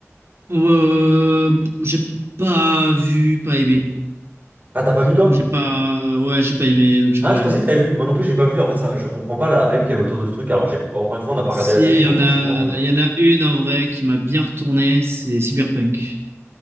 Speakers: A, on the right; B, on the right.
A: Euh, J'ai pas vu, pas aimé.
B: Ah, t'as pas vu toi?
A: Donc j'ai pas, ouais, j'ai pas aimé, donc j'ai
B: Ah,
A: pas regardé.
B: je pensais que t'avais vu. Moi non plus, j'ai pas vu. En fait, ça, je comprends pas la
A: Non.
B: hype qu'il y avait autour de ce truc. Alors, j'ai encore une fois, on n'a pas
A: Si,
B: regardé la série,
A: il
B: donc
A: y en
B: forcément,
A: a,
B: je...
A: il y en a une en vrai qui m'a bien retourné, c'est Cyberpunk.